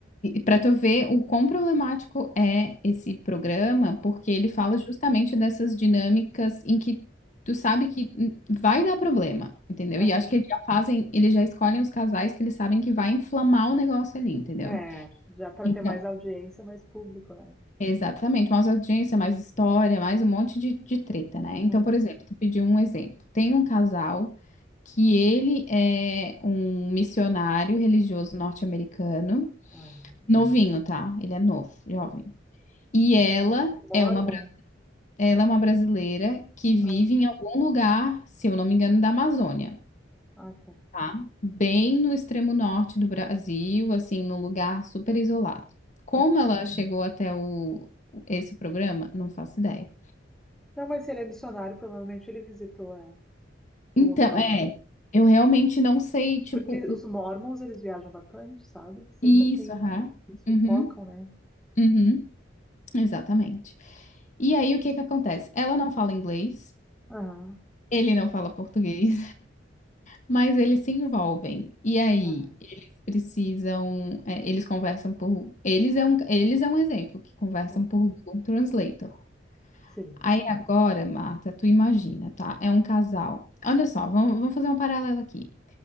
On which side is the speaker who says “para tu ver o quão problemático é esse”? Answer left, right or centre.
Left